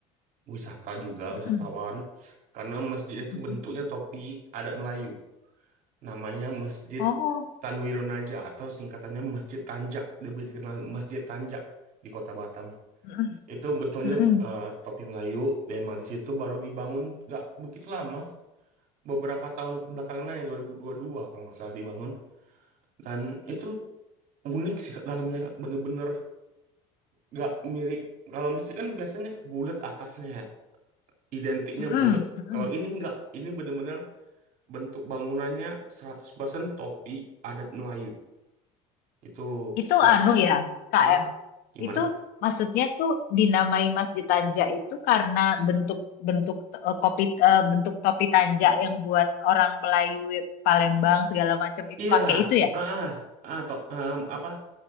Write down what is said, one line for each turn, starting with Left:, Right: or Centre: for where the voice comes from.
Right: wisata juga
Left: Mm-mm,
Right: wisatawan karena masjidnya itu
Left: mm-mm.
Right: bentuknya topi adat Melayu. Namanya Masjid
Left: Oh,
Right: Tanwironaja atau singkatannya Masjid Tanjak. Lebih dikenal Masjid Tanjak di Kota Batam.
Left: mm-mm,
Right: Itu bentuknya
Left: mm-mm,
Right: eh, topi Melayu dan emang di situ baru dibangun nggak begitu lama, beberapa tahun belakangan aja 2022 kalau nggak salah dibangun. Dan itu unik sih Kak, dalamnya Kak. bener-bener nggak mirip kalau musik kan biasanya bulat atasnya ya, identiknya
Left: mm-mm,
Right: bulat
Left: mm-mm.
Right: kalau ini nggak ini bener-bener bentuk bangunannya 100% topi adat Melayu itu
Left: Itu
Right: bang
Left: anu ya, KM.
Right: ah gimana
Left: Itu maksudnya tuh dinamai Masjid Tanja itu karena bentuk bentuk eh, kopi eh, bentuk topi tanja yang buat orang Melayu Palembang segala macam itu
Right: iya
Left: pakai itu ya.
Right: ah ah, ah, to- em, apa